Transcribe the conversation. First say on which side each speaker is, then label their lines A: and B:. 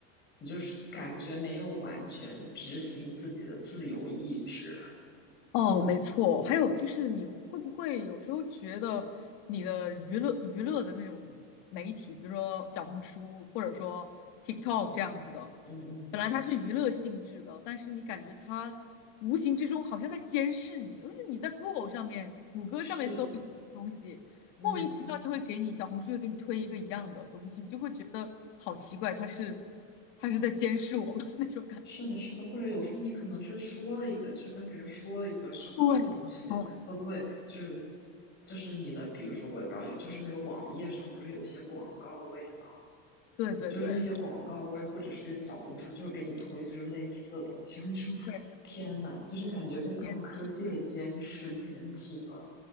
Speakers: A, on the left; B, on the left.
A: 你就是感觉没有完全执行自己的自由意志。
B: 哦，没错。还有就是，你会不会有时候觉得你的娱乐娱乐的那种媒体，比如说小红书或者说 TikTok 这样子的，
A: 嗯嗯，
B: 本来它是娱乐性质的，但是你感觉它无形之中好像在监视你，就是你在 Google 上面、谷歌上面搜一个东西，
A: 是，嗯。
B: 莫名其妙就会给你小红书就会给你推一个一样的东西，你就会觉得好奇怪，它是它是在监视我吗？<laughs> 那种感觉。
A: 是的，是的，或者有时候你可能是说了一个，就是跟别人说了一个什么东西，
B: 对，哦，
A: 都会就是就是你的，比如说我也不知道，就是那个网页上不是有些广告位嘛，
B: 对对对，
A: 就是那些广告位或者是小红书就会给你推就是类似的东西，<laughs> 然后你说
B: 对，
A: 天呐，就是感觉被高科技给监视监听了。
B: 监听。